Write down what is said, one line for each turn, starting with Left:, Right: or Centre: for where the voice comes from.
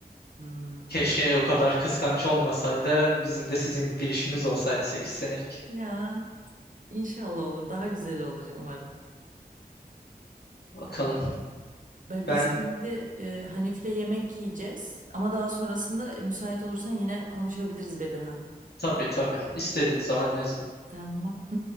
Right: hmm.
Left: Keşke o kadar kıskanç olmasaydı. Bizim de sizin gibi ilişkiniz olsaydı sekiz senelik.
Right: Ya inşallah olur. Daha güzel olur umarım.
Left: Bakalım.
Right: Ben-
Left: Ben
Right: Biz şimdi e, Hanif'le yemek yiyeceğiz. Ama daha sonrasında müsait olursan yine konuşabiliriz Bedirhan.
Left: tabii tabii. İstediğin zaman yazın.
Right: Tamam.